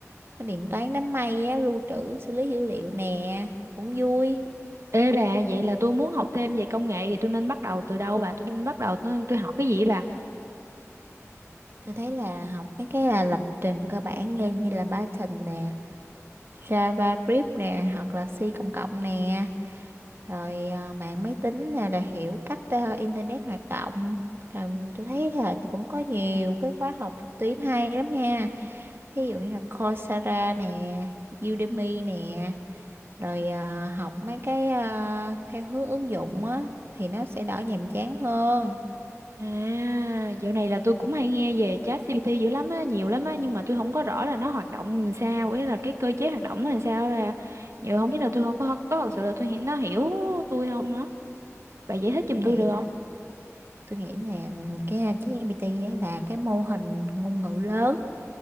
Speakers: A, on the right; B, on the right.
A: cái điện toán đám mây á lưu trữ xử lý dữ liệu nè cũng vui
B: Ê bà vậy là tôi muốn học thêm về công nghệ thì tôi nên bắt đầu từ đâu bà tôi nên bắt đầu tôi, tôi học cái gì bà
A: Tôi thấy là học mấy cái là lập trình cơ bản lên như là Python nè, JavaScript nè, hoặc là C cộng cộng nè, rồi à, mạng máy tính nè là hiểu cách à, internet hoạt động. Rồi tôi thấy là cũng có nhiều cái khóa học trực tuyến hay lắm nha. Ví dụ như là Coursera nè, Udemy nè, rồi à, học mấy cái à, theo hướng ứng dụng á thì nó sẽ đỡ nhàm chán hơn.
B: À, dạo này là tôi cũng hay nghe về chat ChatGPT dữ lắm á, nhiều lắm á, nhưng mà tôi không có rõ là nó hoạt động làm sao, ấy là cái cơ chế hoạt động nó làm sao à. Giờ không biết là tôi không có có thật sự là tôi hi- nó hiểu tôi không nữa. Bà giải thích
A: Tôi
B: giùm tôi
A: nghĩ
B: được không?
A: tôi nghĩ là cái ChatGPT á là cái mô hình ngôn ngữ lớn